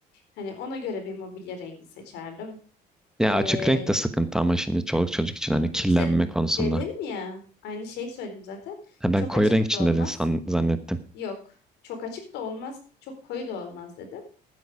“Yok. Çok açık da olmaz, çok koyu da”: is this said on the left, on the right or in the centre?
Left